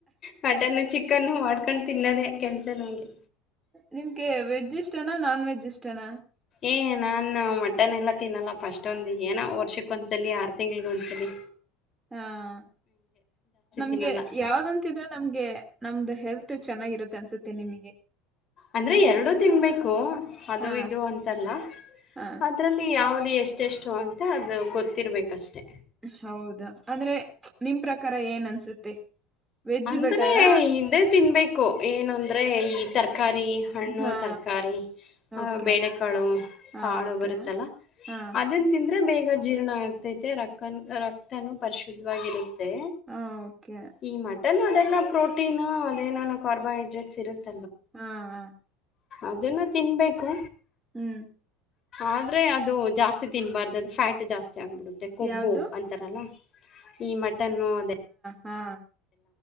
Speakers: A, on the left (about 40°); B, on the right (about 15°).
A: ಮಟನ್ನು ಚಿಕನ್ನು ಮಾಡ್ಕೊಂಡು ತಿನ್ನದೇ ಕೆಲ್ಸ ನಂಗೆ
B: ನಿಮ್ಗೆ ವೆಜ್ ಇಷ್ಟನಾ ನಾನ್ ವೆಜ್ ಇಷ್ಟನಾ.
A: ಏ- ನಾನು ಮಟನ್ ಎಲ್ಲ ತಿನ್ನಲ್ಲಪ್ಪ ಅಷೂಂದು ಏನ ವರ್ಷಕ್ಕ ಒಂದ್ಸಲಿ ಆರು ತಿಂಗಳಗ ಒಂದ್ಸಲಿ.
B: ಹಾ- ನಮ್ಗೆ
A: ತಿನ್ನಲ್ಲ
B: ಯಾವ್ದಂತಿದ್ರೆ ನಮ್ಗೆ ನಮ್ದ ಹೆಲ್ತ್ ಚೆನ್ನಾಗಿರುತ್ತ ಅನ್ಸುತ್ತೆ ನಿಮಗೆ.
A: ಅಂದ್ರೆ ಎರಡು ತಿನ್ಬೇಕು ಅದು
B: ಹಾ
A: ಇದು ಅಂತಲ್ಲ
B: ಹ
A: ಅದ್ರಲ್ಲಿ ಯಾವ ಅದು ಎಷ್ಟೆಷ್ಟು ಅಂತ ಅದು ಗೊತ್ತಿರಬೇಕಷ್ಟೆ.
B: ಹೌದಾ ಅಂದ್ರೆ ನಿಮ್ಮ ಪ್ರಕಾರ ಏನ್ ಅನ್ಸುತ್ತೆ. ವೆಜ್
A: ಅಂದ್ರೆ
B: ಬೆಟರಾ
A: ಇದೇ ತಿನ್ಬೇಕು ಏನಂದ್ರೆ ಕಾರಿ ಹಣ್ಣು
B: ಹಾ
A: ತರಕಾರಿ
B: ಓಕೆ
A: ಬೇಳೆಕಾಳು
B: ಹಾ
A: ಕಾಳು
B: ಓಕೆ
A: ಬರುತ್ತಲ್ಲ
B: ಹಾ
A: ಅದನ್ ತಿಂದ್ರೆ ಬೇಗ ಜೀರ್ಣ ಆಗ್ತೈತೆ ರಕ್ತ ರಕ್ತನ ಪರಿಶುದ್ಧವಾಗಿರುತ್ತೆ.
B: ಹ ಓಕೆ
A: ಈ ಮಟನ್ ಅದೆಲ್ಲ ಪ್ರೋಟೀನು ಅದೇನಾನ ಕಾರ್ಬೋಹೈಡ್ರೇಟ್ಸ್ ಇರುತ್ತೆ.
B: ಹಾ -ಹ
A: ಅದನ್ನು ತಿನ್ಬೇಕು.
B: ಹ್ಮ್
A: ಆದ್ರೆ ಅದು ಜಾಸ್ತಿ ತಿನ್ಬಾರ್ದು ಅದು ಫ್ಯಾಟ್ ಜಾಸ್ತಿ ಆಗ್ಬಿಡುತ್ತೆ ಕೊಬ್ಬು
B: ಯಾವ್ದು
A: ಅಂತಾರಲ್ಲ. ಈ ಮಟನ್ನು ಅದೇ
B: ಹಾ-ಹಾ